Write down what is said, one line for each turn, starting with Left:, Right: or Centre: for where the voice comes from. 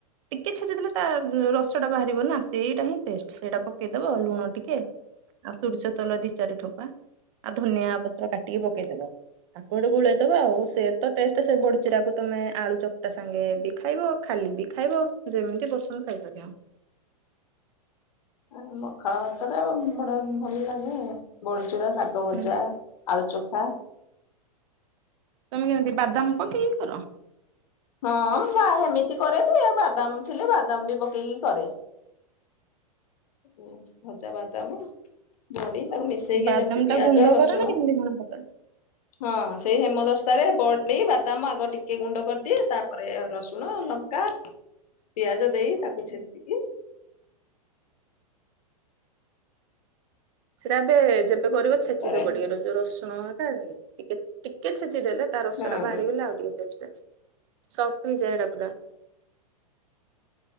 Right: ଟିକେ ସେ ଛେଡ଼ଦେଲେ ତା ରସ ଟା ବାହାରିବ ନା ସେଇଟା ହିଁ ଟେଷ୍ଟ। ସେଇଟା ପକେଇଦବ ଲୁଣ ଟିକେ ଆଉ ସୋରିଷ ତେଲ ଦି ଚାରି ଠୋପା ଆଉ ଧନିଆ ପତ୍ର କାଟିକି ପକେଇଦବ। ତାକୁ ଗୋଟେ ଗୋଳେଇଦବା ଆଉ ସେ ତ ଟେଷ୍ଟ। ତ ସେ ବଡ଼ି ଚୁରାକୁ ତୁମେ ଆଳୁ ଚକଟା ସାଙ୍ଗେ ବି ଖାଇବ ଖାଲି ବି ଖାଇବ ଯେମିତି ପସନ୍ଦ ଖାଇପାରିବ।
Left: ଆ ପଖାଳ ଭାତରେ ବଡେ ଭଲ ଲାଗେ ଆଉ। ବଳିଚୁରା ଶାଗ ଭଜା
Right: ହୁଁ
Left: ଆଳୁ ଚଖା
Right: ତମେ କେମିତି ବାଦାମ ପକେଇକି କର?
Left: ହଁ ବା ସେମିତି କରେ ବି ବାଦାମ ଥିଲେ ବାଦାମ ବି ପକେଇକି କରେ। ଓ ଭଜା ବାଦାମ ବଡି ତାକୁ ମିଶେଇକି
Right: ବାଦାମ
Left: ଯେମିତି ପିଆଜ
Right: ଟା ଗୁଣ୍ଡ
Left: ରସୁଣ
Right: କର ନା କେମିତି କଣ ପକା?
Left: ହଁ ସେଇ ହେମଦସ୍ତାରେ ବଡି ବାଦାମ ଆଗ ଟିକେ ଗୁଣ୍ଡ କରିଦ ଅନ୍ତି। ତାପରେ ରସୁଣ ଲଙ୍କା ପିଆଜ ଦେଇ ତାକୁ ଛେଚିକି
Right: ସେଟା ଏବେ ଯେବେ କରିବ ଛେଚିଦବ
Left: କରେ
Right: ଟିକେ ର ଯୋଉ ରସୁଣ ହେ ଟିକେ ଟିକେ ଛେଚି ଦେଲେ ତା ରସ
Left: ହଁ
Right: ଟା ବାହାରିଗଲା ଆଉ ଟିକେ ଟେଷ୍ଟ ଆସିବ। ସଫ୍ଟ ହେଇଯାଏ ଏଇଟା ପୁରା।